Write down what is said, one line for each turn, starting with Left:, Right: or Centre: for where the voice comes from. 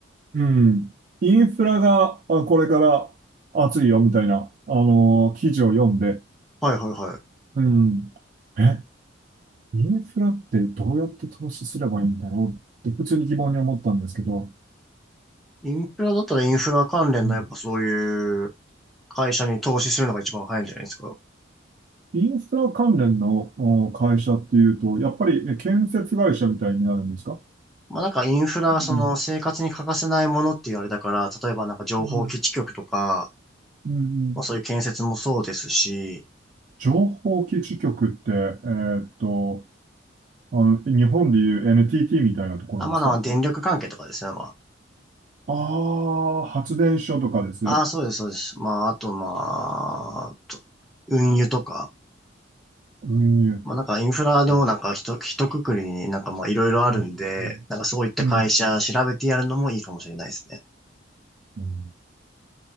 Right: うん、インフラがあこれから熱いよみたいな、あの、記事を読んで、
Centre: はいはいはい。
Right: うん、え、インフラってどうやって投資すればいいんだろうって普通に疑問に思ったんですけど、
Centre: インフラだったらインフラ関連のやっぱそういう
Right: うん
Centre: 会社に投資するのが一番早いんじゃないですか。
Right: インフラ関連のお会社っていうと、やっぱりえ建設会社みたいになるんですか
Centre: まあなんかインフラ、その生活に欠かせないものっていうあれだから、
Right: うん。
Centre: 例えばなんか情報基地局とか、
Right: うん。うん。
Centre: まあそういう建設もそうですし、
Right: 情報基地局って、えーっと、あの、日本でいう NTT みたいなところですか
Centre: あ、まあまあ電力関係とかですね、ま
Right: ああー、発電所とかです。
Centre: あ。あ、そうです、そうです。まああとまあ、と運輸とか、
Right: 運輸。
Centre: まあなんかインフラでもなんかひと、
Right: うん。
Centre: ひとくくりになんかまあいろいろあるんで、
Right: うん。
Centre: なんかそういった会社調べてやるのもいいかもしれないですね。
Right: うんうん